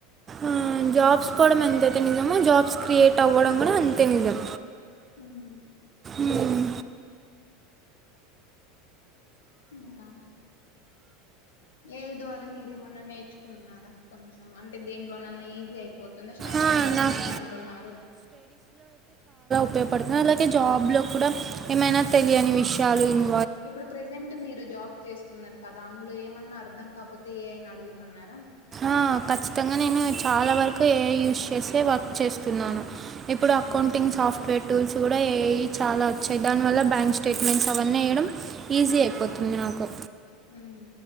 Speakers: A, on the right; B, on the left.
A: ఉమ్మ్ జాబ్స్ పోవడం ఎంతైతే నిజమో జాబ్స్ క్రియేట్ అవ్వడం కూడా అంతే నిజం
B: ఉమ్మ్
A: మ్మ్.
B: ఇంకా ఏఐ ద్వారా మీరేమన్నా నేర్చుకుంటున్నారా కొంచెం అంటే దేంట్లోనన్నా ఈజీ అయిపో తుంది స్టడీస్లో
A: ఆ, నాకు
B: ఈజీ అంటున్నారు
A: ఉపయోగపడుతున్నా అలాగే జాబ్ లో కూడా ఏమైనా తెలియని విషయాలు ఇన్
B: ఇప్పుడు ప్రజెంట్ మీరు జాబ్ చేస్తున్నారు కదా అందులో ఏమన్నా న్నా అర్థం కాకపోతే ఏ ఐ నీ అడుగుతున్నారా
A: ఆ ఖచ్చితంగా నేను చాలా వరకు ఏఐ యూజ్ చేసే వర్క్ చేస్తున్నాను ఇప్పుడు అకౌంటింగ్
B: ఉమ్
A: సాఫ్ట్వేర్ టూల్స్ కూడా ఎ ఐ చాలా వచ్చాయి దాని వల్ల బ్యాంక్ స్టేట్మెంట్స్ అవన్నీ ఏయడం ఈజీ అయిపోతుంది
B: ఉమ్
A: నాకు
B: ఉమ్